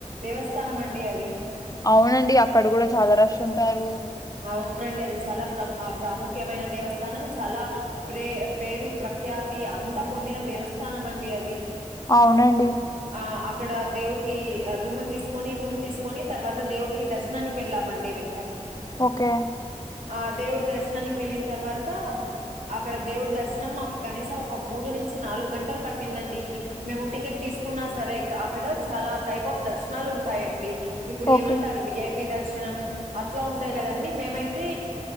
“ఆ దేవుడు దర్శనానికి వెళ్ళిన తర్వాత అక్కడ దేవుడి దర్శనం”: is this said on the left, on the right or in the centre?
Right